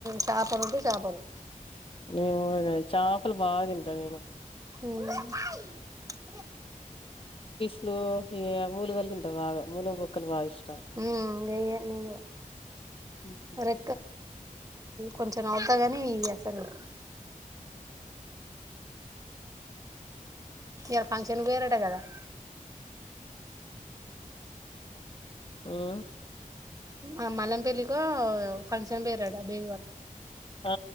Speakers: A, on the right (about 25°); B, on the left (about 40°).
A: చాపడు ఉంటడి చాపడు
B: నేను చేపలు బాగా తింటా నేను
A: మ్మ్
B: అలు ఈ మూలు కలు తింటావు బాగా మూల బొక్కలు బాగా ఇష్టం
A: మ్మ్ <unintelligible>
B: హ్మ్
A: అ కొంచెం అవుతా గాని యి అసలు ఈయల ఫంక్షన్కి పోయారట కదా <inaudible>
B: హ్మ్
A: ఆ మల్లంపళ్లికో ఫంక్షన్ పోయరాడా బేబీ వాళ్ళ
B: ఆ